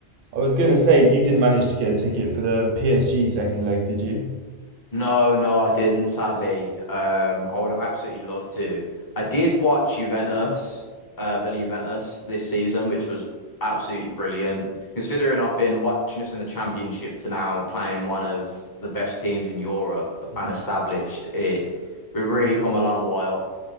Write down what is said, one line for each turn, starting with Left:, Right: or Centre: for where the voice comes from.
Right: I was gonna say you didn't manage to get a ticket for the PSG second leg, did you?
Left: No, no, I didn't, sadly. Um, I would have absolutely loved to. I did watch Juventus, uh, Villa Juventus this season, which was absolutely brilliant. Considering I've been watching us in the championship to now playing one of the best teams in Europe and
Right: Yeah.
Left: established it, we've really come a long while.